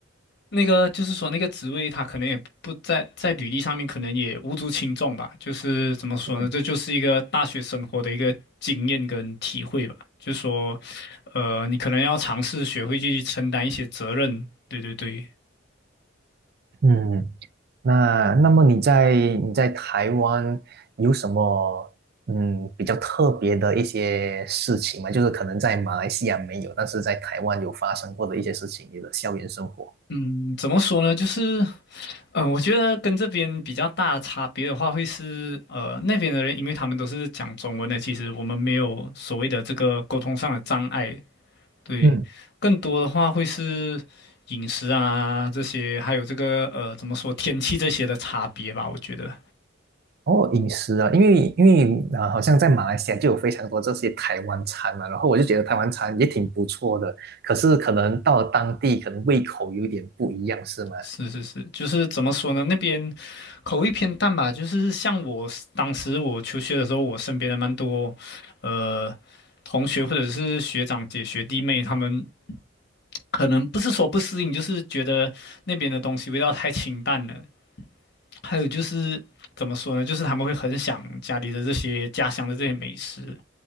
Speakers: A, on the left; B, on the right.
A: 那个就是说那个职位，他可能也不在在履历上面，可能也无足轻重吧。就是怎么说呢，
B: 嗯。
A: 这就是一个大学生活的一个经验跟体会吧。就说，呃，你可能要尝试学会去承担一些责任。对对对，
B: 嗯，那那么你在你在台湾有什么嗯比较特别的一些事情吗？就是可能在马来西亚没有，但是在台湾有发生过的一些事情，你的校园生活。
A: 嗯，怎么说呢？就是，呃，我觉得跟这边比较大的差别的话，会是，呃，那边的人，因为他们都是讲中文的，其实我们没有所谓的这个沟通上的障碍。对，
B: 嗯，
A: 更多的话会是饮食啊这些，还有这个呃，怎么说天气这些的差别吧，我觉得。
B: 哦，饮食啊，因为因为啊、呃好像在马来西亚就有非常多这些台湾餐嘛，然后我就觉得台湾餐也挺不错的，可是可能到了当地，可能胃口有点不一样，是吗？
A: 是是是，就是怎么说呢？那边口味偏淡吧。就是像我 s- 当时我求学的时候，我身边的蛮多，呃，同学或者是学长姐、学弟妹，他们可能不是说不适应，就是觉得那边的东西味道太清淡了。还有就是怎么说呢？就是他们会很想家里的这些家乡的这些美食。